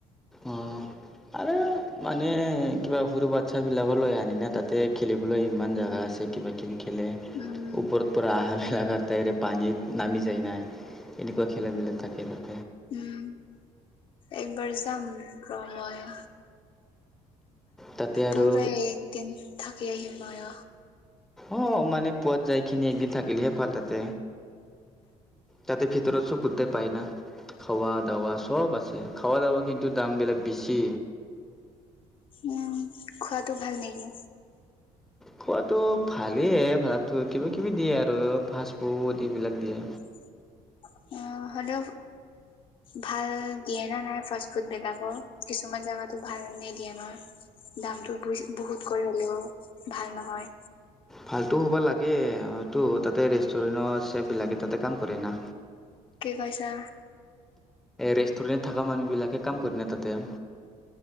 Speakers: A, in the centre; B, on the left.
A: অ আৰু মানে এ কিবা সৰু বাচ্ছা বিলাকৰ লৈ আনি না তাতে খেলিবলৈ ইমান জোগা আছে কিবা কিবি। খেলে।
B: উম
A: ওপৰত পৰা আহা খেলাকাৰ তাইৰে পানীত নামি যায় নাই। এনেকুৱা খেলাবিলাক থাকে তাত।
B: উম একবাৰ যাম ৰ মইও।
A: তাতে আৰু
B: পূৰা এক দিন থাকি আহিম মই ৰ।
A: অ মানে পোৱাত যাই খিনি একদিন থাকিলেহে ভাল তাতে। তাতে ভিতৰত <unintelligible> পায় না। খাৱা দাৱা চব আছে খাৱা দাৱা কিন্তু দাম বিলাক বেছি।
B: উম খোৱাতটো ভাল নেকি?
A: খোৱাটো ভালেই ভাতটো কিবা কিবি দিয়ে আৰু ফাছ ফুড এইবিলাক দিয়ে।
B: <inaudible> অ হলেও ভাল দিয়ে না নাই ফাষ্ট ফুড বিলাক কিছুমান জোগাতো ভাল নিদিয়ে ন। দামটো ব বহুত কৰি হলেও ভাল নহয়।
A: ভালটো হব লাগে হয়তো তাতে ৰেষ্টুৰেণ্টৰ চেফবিলাকে তাতে কাম কৰে না।
B: কি কৈছা?
A: ৰেষ্টুৰেণ্টত থকা মানুহবিলাকে কাম কৰি না তাতে।